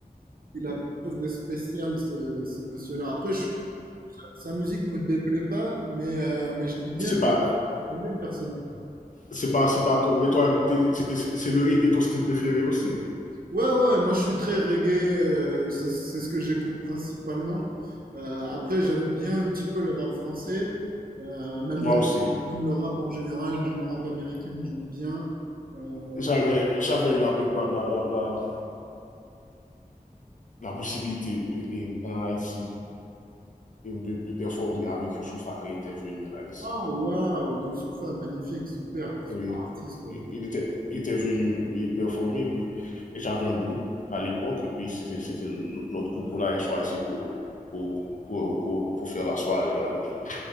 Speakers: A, on the right; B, on the left.
A: Il a quelque chose de spécial, ce, ce monsieur-là. Après, je suis- sa musique me déplaît pas, mais, euh, mais j'aime bien,
B: Se
A: le-
B: pa,
A: j'aime bien le personnage.
B: c'est pas c'est pas ton, men toi, Mais toi, c'est le reggae ton style préféré aussi
A: Ouais, ouais, ouais, moi je suis très reggae, euh, ça, c'est ce que j'écoute principalement. Euh, après, j'aime bien un petit peu le rap français, euh, même
B: moi
A: le,
B: aussi
A: même le rap en général, même le rap américain, j'aime bien. Euh,
B: j'avais J'avè la, la, la, la posibilite en Haiti de de performe avèk Youssouf akè itè venu en Haiti.
A: ah, waouh, Youssoupha, magnifique, super, super
B: Oui.
A: artiste. ouais.
B: Il il était, il était venu y performer, puis et j'avais un groupe à l'époque, et puis c'était c'était no- notre groupe qu'on avait choisi pour, pour, pour, pour, pour faire la soirée avec lui.